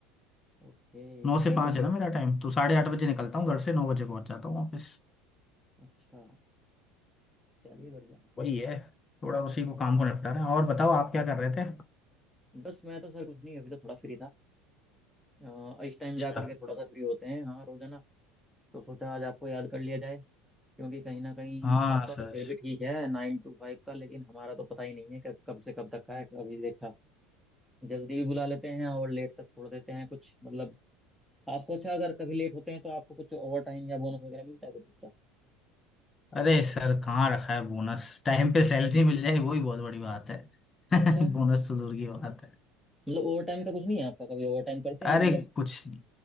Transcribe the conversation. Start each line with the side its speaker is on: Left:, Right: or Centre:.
Centre: ओके
Left: नौ से
Centre: नाइन
Left: पाँच
Centre: टू फाइव
Left: है ना
Centre: क्या
Left: मेरा टाइम तो साढ़े आठ बजे निकलता हूँ घर से नौ बजे पहुँच जाता हूँ ऑफिस
Centre: अच्छा चलिए बढ़िया
Left: वही है थोड़ा उसी को काम को निपटा रहे हैं और बताओ आप क्या कर रहे थे
Centre: बस मैं तो सर कुछ नहीं अभी तो थोड़ा फ्री था अ, इस
Left: अच्छा
Centre: टाइम जा करके थोड़ा सा फ्री होते हैं हाँ रोजाना तो सोचा आज आपको याद कर लिया जाए क्योंकि कहीं ना कहीं
Left: हाँ
Centre: आपका
Left: सर
Centre: तो फिर भी ठीक है नाइन टू फाइव का लेकिन हमारा तो पता ही नहीं है कि कब से कब तक का है अभी देखा जल्दी भी बुला लेते हैं और लेट तक छोड़ देते हैं कुछ मतलब आपको अच्छा अगर कभी लेट होते हैं तो आपको कुछ ओवर टाइम या बोनस वगैरह मिलता है कुछ उसका
Left: अरे सर कहाँ रखा है बोनस टाइम पे सैलरी
Centre: हम्म,
Left: मिल जाए वही बहुत बड़ी बात है <laughs>
Centre: अच्छा है।
Left: बोनस तो दूर की बात है
Centre: मतलब ओवर टाइम का कुछ नहीं है आपका कभी ओवर टाइम करते हैं
Left: अरे
Centre: मतलब
Left: कुछ नहीं